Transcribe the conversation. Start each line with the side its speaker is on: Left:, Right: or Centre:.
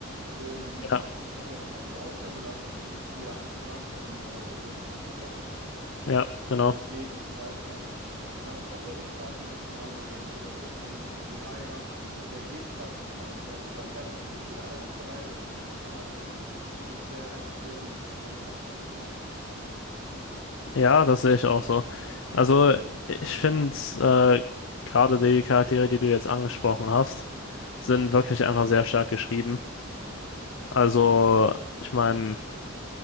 Right: Und
Left: ja,
Right: das hat ja Kakashi auch sehr belastet. Du siehst, wie er ans Grab von äh, Rin, hieß sie, glaube ich,
Left: ja, genau.
Right: äh, geht und so weiter. Dann noch andere starke emotionale Momente. Der Tod von Jiraiya, der geht zwar auch mit Naruto einher, weil man sieht, wie er darunter leidet, aber ich finde, es werden einfach sehr gut Emotionen vermittelt in dem Anime.
Left: Ja, das sehe ich auch so. Also, ich finde, äh, gerade die Charaktere, die du jetzt angesprochen hast, sind wirklich einfach sehr stark geschrieben.
Right: Ja.
Left: Also, ich meine,